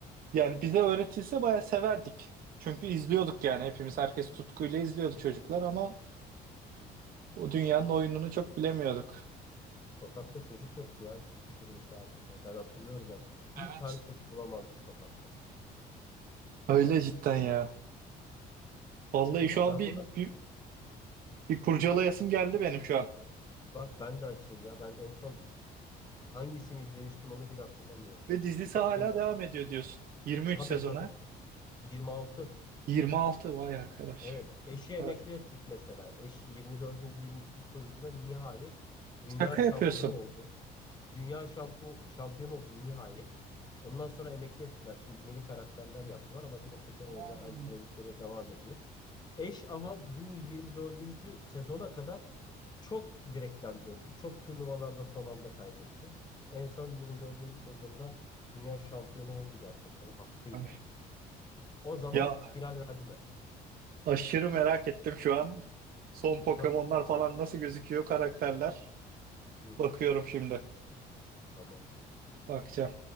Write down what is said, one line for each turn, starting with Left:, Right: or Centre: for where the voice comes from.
Right: yani bize öğretilse bayağı severdik. Çünkü izliyorduk yani hepimiz herkes tutkuyla izliyordu çocuklar ama o dünyanın oyununu çok bilemiyorduk.
Left: Sokakta çocuk yoktu ya çizgi filmin saatinde. Ben hatırlıyorum ya.
Right: Evet.
Left: Bir tane çocuk bulamazdı sokakta.
Right: Öyle cidden ya. Vallahi
Left: Niye?
Right: şu an
Left: Ben
Right: bir,
Left: buna
Right: bir, bir kurcalayasım
Left: Hı,
Right: geldi benim şu an.
Left: bir bak ben de açayım ya. Ben en son hangisini izlemiştim onu bile hatırlamıyorum.
Right: Ve dizisi
Left: Bir bakayım
Right: hala
Left: ben
Right: devam
Left: de.
Right: ediyor diyorsun. 23
Left: Tabii
Right: sezona.
Left: tabii. 26.
Right: 26 vay arkadaş.
Left: Evet. Eşi emekli
Right: Vay.
Left: ettik mesela. Eş 24. 23. sorusunda nihayet dünya
Right: Şaka
Left: şampiyonu
Right: yapıyorsun.
Left: oldu. Dünya şampu şampiyonu oldu nihayet. Ondan sonra emekli ettiler. Şimdi yeni karakterler yaptılar ama yine Pokemon
Right: Oo.
Left: ile aynı dinamikleri devam ediyor. Eş ama bu 24. sezona kadar çok direkten döndü. Çok turnuvalarda son anda kaybetti. En son 24. sezonda dünya şampiyonu oldu gerçekten hakkıyla.
Right: Ay.
Left: O zaman
Right: Ya
Left: final verdiler.
Right: aşırı merak ettim şu an. Son Pokemon'lar
Left: Bir bak bir bak
Right: falan
Left: incele.
Right: nasıl gözüküyor karakterler.
Left: Hı hı.
Right: Bakıyorum şimdi.
Left: Tamamdır.
Right: Bakacağım.